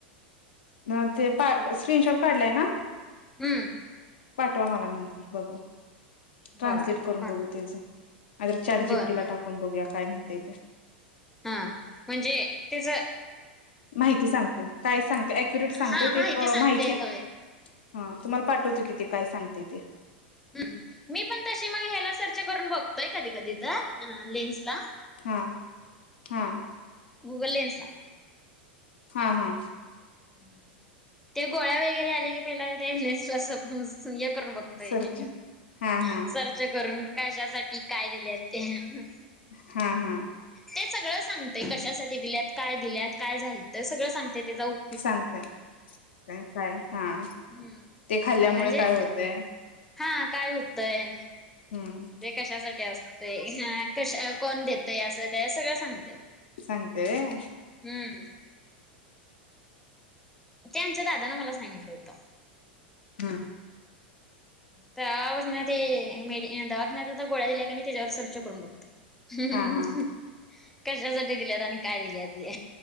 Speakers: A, on the left; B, in the centre.
A: हा ते स्क्रीनशॉट काढलाय ना.
B: हम्म.
A: पाठवा मला नंतर, बघू. ट्रान्सलेट
B: बर
A: करून
B: बर.
A: बघू तेचं, नाहीतर चाट जी
B: बर
A: पी टी ला टाकू. पण बघूया काय म्हणतंय ते.
B: हा, म्हणजे तेजं
A: माहिती सांगते, काय सांगते अक्युरेट सांगते
B: हा
A: ते प
B: सांगते
A: माहिती
B: होय.
A: हा, तुम्हाला पाठवतो कि ते काय सांगतंय ते.
B: हम्म, मी पण तशी मग ह्याला सर्च करून बघतोय कधी कधी तर, अह लेन्स ला.
A: हां, हां.
B: गुगल लेन्स ला.
A: हा, हा.
B: <inaudible> ते गोळ्या वगैरे आले की पहिला ते <unintelligible> हे करून बघ. व्हय,
A: सरच हा हा
B: सर्च करून कशासाठी काय दिल्यात त्या.
A: हम्म हम्म.
B: ते सगळं सांगतंय, कशासाठी दिल्यात, काय दिल्यात, काय झालतं सगळं सांगते त्याचा उ
A: सांगतंय, <unintelligible> हा,
B: हम्म
A: ते खाल्ल्यामुळे
B: म्हणजे
A: काय होतंय?
B: हा, काय हुतंय?
A: हम्म.
B: ते कशासाठी असतंय, हा कशा कोण देतंय असं त्या सगळं सांगत्यात.
A: सांगतंय व्हय.
B: हम्म. ते आमच्या दादानं मला सांगितलं होतं.
A: हम्म.
B: तवापासनं ते मेडी दवाखान्यात आता गोळ्या दिल्या कणी त्याच्यावर सर्च करून बघते.
A: हा हा
B: कशासाठी दिल्यात आणि काय दिल्यात ते.